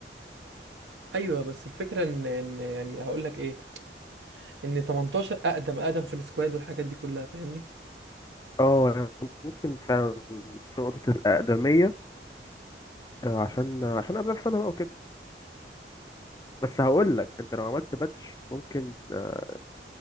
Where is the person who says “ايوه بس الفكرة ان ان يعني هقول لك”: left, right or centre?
Right